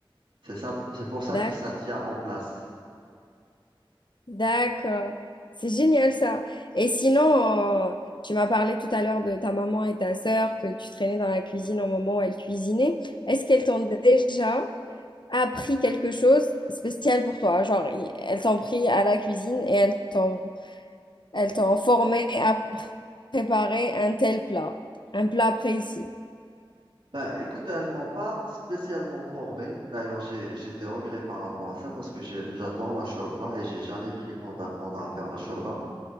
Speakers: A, on the right; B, on the left.
A: C'est ça, c'est pour ça
B: D'accord.
A: que ça tient en place.
B: D'accord. C'est génial ça. Et sinon, euh, tu m'as parlé tout à l'heure de ta maman et ta sœur que tu traînais dans la cuisine au moment où elles cuisinaient. Est-ce qu'elles t'ont déjà appris quelque chose spécial pour toi? Genre, i- elles t'ont pris à la cuisine et elles t'ont elles t'ont formé à pr- préparer un tel plat, un plat précis.
A: Bah, écoute, elle m'a pas spécialement formé. D'ailleurs, j'ai, j'ai des regrets par rapport à ça parce que j'ai- j'adore la shorba et j'ai jamais pris le temps d'apprendre à faire la shorba.